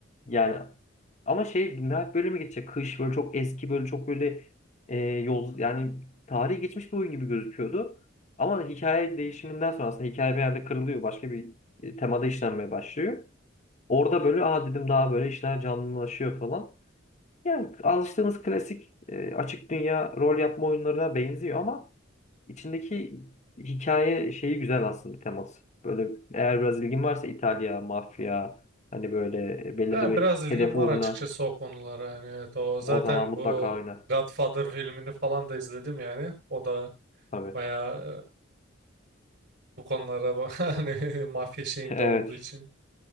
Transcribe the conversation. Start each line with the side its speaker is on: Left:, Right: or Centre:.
Left: Yani ama şey nihayet böyle mi geçecek? Kış böyle çok eski böyle çok böyle e, yol yani tarihi geçmiş bir oyun gibi gözüküyordu. Ama hikaye değişiminden sonra aslında hikaye bir yerde kırılıyor. Başka bir e, temada işlenmeye başlıyor. Orada böyle aa dedim daha böyle işler canlılaşıyor falan. Yani alıştığımız klasik e, açık dünya rol yapma oyunlarına benziyor ama içindeki hikaye şeyi güzel aslında teması. Böyle eğer biraz ilgin varsa İtalya, mafya hani böyle belirli
Right: Yani
Left: bir
Right: biraz ilgim
Left: hedef
Right: var
Left: uğruna
Right: açıkçası o konulara yani evet o zaten
Left: o zaman mutlaka
Right: bu
Left: oyna.
Right: Godfather filmini falan da izledim yani o da
Left: Tabii.
Right: bayağı e, bu konulara ba- <laughs> hani mafya şeyinde
Left: <laughs> Evet.
Right: olduğu için